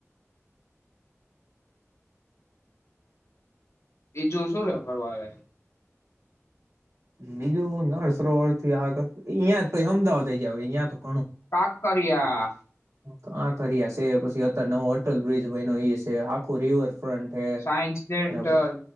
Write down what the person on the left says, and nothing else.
એ જોશો રને ફરવાળ
કાંકરિયા
સાયન્સ સેન્ટર